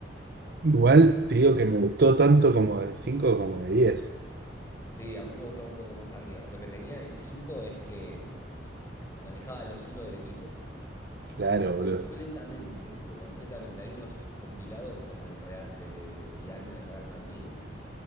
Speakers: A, on the right; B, on the left.
A: igual te digo que me gustó tanto como de 5 como de diez
B: Sí, a mí me gustaba un poco más arriba. Lo que tenía de 5 es que manejaba los hilos del equipo el tipo.
A: Claro,
B: Completamente,
A: boludo.
B: pero completamente. Hay unos compilados en el Real, de Zidane en el Real Madrid,